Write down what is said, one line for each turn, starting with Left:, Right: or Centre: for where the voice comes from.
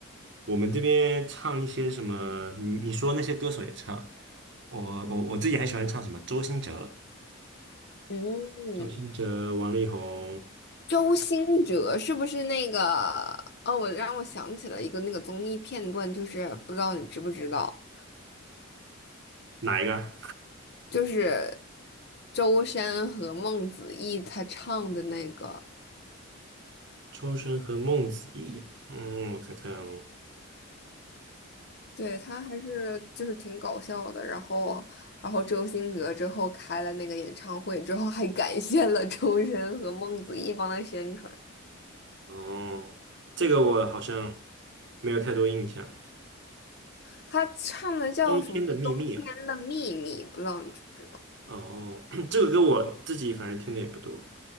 Right: 我们这边唱一些什么？你你说那些歌手也唱，我我我自己还喜欢唱什么？周兴哲、
Left: 嗯。
Right: 周兴哲、王力宏，
Left: 周兴哲是不是那个？哦，我让我想起了一个那个综艺片段，就是不知道你知不知道，
Right: 哪一个啊？
Left: 就是周深和孟子义他唱的那个，
Right: 抽生和孟子义，嗯，我看看哦，
Left: 对，他还是就是挺搞笑的。然后，然后周兴哲之后开了那个演唱会之后，还感谢了周深和孟子义帮他宣传。
Right: 哦这个我好像没有太多印象。
Left: 他唱的叫什么《冬天的秘密》，
Right: 冬天的秘密啊，
Left: 不知道你知不知道？
Right: 哦，<clears throat> 这个歌我自己反正听的也不多。